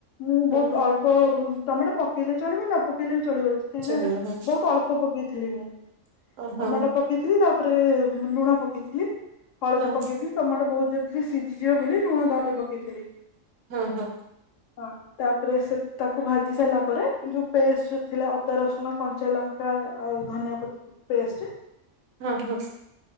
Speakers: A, on the left; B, on the right.
A: ମୁଁ
B: ହଁ
A: ବହୁତ
B: ହଁ
A: ଅଳ୍ପ ଟମାଟ ପକେଇଲେ ଚଳିବ ନ ପକେଇଲେ ବି ଚଳିବ। କାହିଁକି
B: ଚଳିବ
A: ନା
B: ହଁ
A: ବହୁତ ଅଳ୍ପ ପକେଇଥିଲି ମୁଁ।
B: ଓ ହଁ
A: ଟମାଟ ପ କେଇଥିଲି ତାପରେ ଲୁଣ ପକେଇଥିଲି ହଳଦୀ
B: ହଁ
A: ପକେଇଥିଲି ଟମାଟ ବହୁତ ଜଲଦି ସିଝ ଝିବ ବୋଲି ଲୁଣ ତାପରେ ପକେଇଥିଲି।
B: ହଁ ହଁ।
A: ହଁ ତାପରେ ସେ ତାକୁ ଭାଜି ସାରିଲା ପରେ ଯୋଉ ପେଷ୍ଟ ଥିଲା ଅଦା ରସୁଣ କଞ୍ଚା ଲ କା ଆଉ ଧନିଆ ପତ୍ର ପେଷ୍ଟ
B: ହଁ, ହଁ।